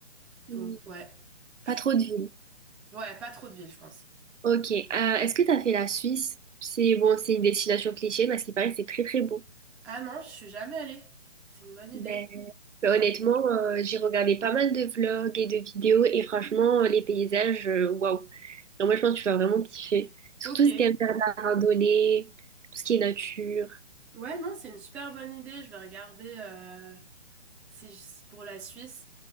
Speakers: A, on the right; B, in the centre.
A: Hmm.
B: Donc ouais. Je-
A: Pas trop de villes.
B: Ouais, pas trop de ville, je pense.
A: Ok. Euh, est-ce que tu as fait la Suisse? C'est bon, c'est une destination cliché, mais à ce qui paraît, c'est très très beau.
B: Ah non, je suis jamais allée. C'est une bonne idée.
A: Ben. mais honnêtement,
B: Toi-
A: euh, j'ai regardé pas mal de vlogs et de vidéos et franchement, euh, les paysages, euh, waouh. Donc moi, je pense que tu vas vraiment kiffer. Surtout
B: Ok.
A: si t'aimes faire de la randonnée, tout ce qui est nature.
B: Ouais, non, c'est une super bonne idée. Je vais regarder euh, si je- si, pour la Suisse.